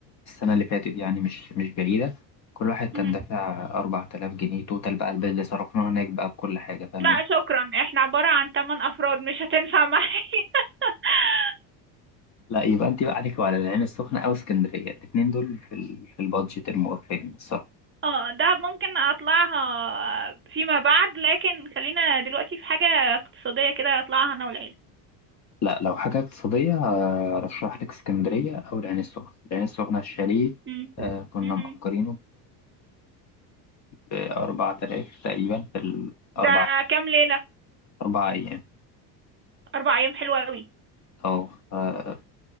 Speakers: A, on the left (about 35°); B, on the right (about 25°).
A: السنة اللي فاتت يعني مش مش بعيدة كل واحد كان
B: مم.
A: دافع 4000 جنيه توتال بقى البيل اللي صرفناه هناك بقى بكل حاجة فاهمين
B: لا شكرا احنا عبارة عن 8 أفراد مش هتنفع معايا <laughs>
A: لا يبقى أنت بقى عليك وعلى العين السخنة أو اسكندرية الاتنين دول في ال... في البادجت الموفرين الصراحة
B: اه دهب ممكن اطلعها فيما بعد لكن خلينا دلوقتي في حاجة اقتصادية كده اطلعها انا والعيلة
A: لا لو حاجة اقتصادية آه، أرشح لك اسكندرية أو العين السخنة العين السخنة الشاليه
B: مم.
A: آه، كنا
B: مم.
A: مأجرينه بأربع تلاف تقريبا في الأربع
B: ده كام ليلة
A: أربع أيام
B: أربع أيام حلوة أوي
A: أو آه،